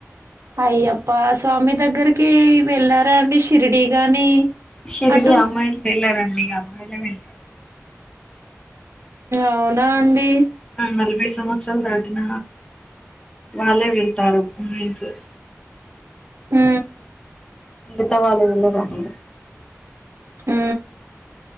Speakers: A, on the right; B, on the left.
A: అయ్యప్ప స్వామి దగ్గరికి వెళ్ళారా అండి షిరిడి గాని
B: షిరిడి
A: అటు
B: అమ్మాయిలు వెళ్లరండి అబ్బాయిలే వెళ్తారు
A: అవునా అండి
B: ఆ నలభై సంవత్సరాలు దాటిన వాళ్ళే వెళ్తారు ఉమెన్స్
A: ఊ
B: మిగతా వాళ్ళు వెళ్ళరండి
A: ఊ